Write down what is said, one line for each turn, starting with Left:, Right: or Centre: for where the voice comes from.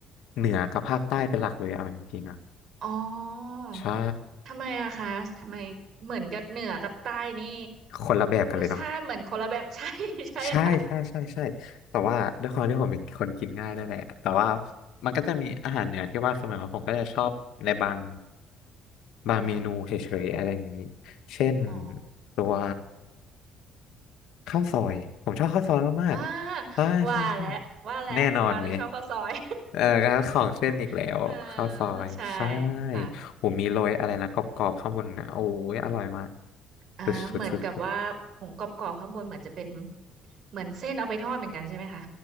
Left: เหนือกับภาคใต้เป็นหลักเลยเอาจริงๆอ่ะ
Right: อ๋อ
Left: ใช่
Right: ทำไมอะคะทำไมเหมือนกับเหนือกับใต้นี่
Left: คนละแบบกันเลยเนาะ
Right: รสชาติเหมือนคนละแบบ <laughs> ใช่ใช่ค่ะ
Left: ใช่ใช่ใช่ใช่แต่ว่าด้วยความที่ผมเป็นคนกินง่ายด้วยแหละแต่ว่ามันก็จะมีอาหารเหนือที่ว่าคือหมายความว่าผมก็จะชอบในบาง
Right: อืม
Left: บางเมนูเฉยๆอะไรอย่างนี้เช่น
Right: ค่ะอ๋อ
Left: ตัว ข้าวซอยผมชอบข้าวซอยมากๆใช่ใช่ใช่
Right: อ่าว่าแล้วว่าแล้วคุณปาต้องชอบข้าวซอย
Left: แน่นอนไหมเออการของเส้นอีกแล้วข้าวซอยใช่
Right: <laughs> อ่าใช่ค่ะ
Left: ผมมีโรยอะไรนะกรอบๆข้างบนนะโอ้ยอร่อยมาก
Right: อ่าเหมือนกับว่าผงกรอบๆข้างบนเหมือนจะเป็น
Left: สุดสุดสุดสุด
Right: เหมือนเส้นเอาไปทอดเหมือนกันใช่ไหมคะ